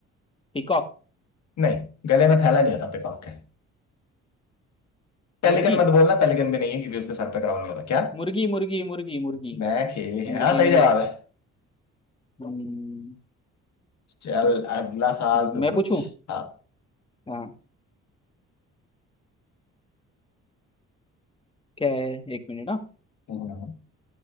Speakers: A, on the left (about 20°); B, on the left (about 65°).
A: पीकॉक
B: नहीं गले में थैला नहीं होता पिकॉक के पेलिकन
A: मुर्गी
B: मत बोलना पेलिकन भी नहीं है क्योंकि उसके सर पे क्राउन नहीं होता क्या
A: मुर्गी मुर्गी मुर्गी मुर्गी
B: मैं खेली है
A: मुर्गी
B: हाँ सही
A: मेला
B: जवाब है
A: हम्म,
B: चल अगला सवाल तू
A: मैं
B: पूछ
A: पूछूं
B: हाँ
A: हाँ क्या है एक मिनट हाँ
B: हम्म,